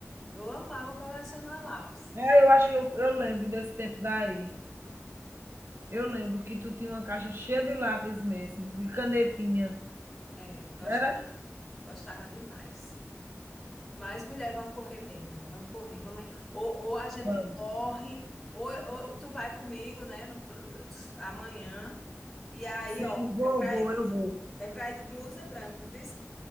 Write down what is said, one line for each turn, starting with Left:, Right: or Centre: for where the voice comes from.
Centre: Eu amava colecionar lápis.
Right: Ah, eu acho que eu, eu lembro desse tempo daí. Eu lembro que tu tinha uma caixa cheia de lápis mesmo, de canetinha.
Centre: Era, gos-
Right: Não era?
Centre: gostava demais. Mas, mulher, vamos correr mesmo, mulher, vamos correr, vamos... Ou, ou a gente
Right: Vamos.
Centre: corre, ou, ou tu vai comigo, né, no, pro- no- amanhã. E aí,
Right: Sim,
Centre: ó,
Right: vou,
Centre: é pra
Right: vou,
Centre: ir,
Right: eu vou.
Centre: é pra ir de blusa branca, viu?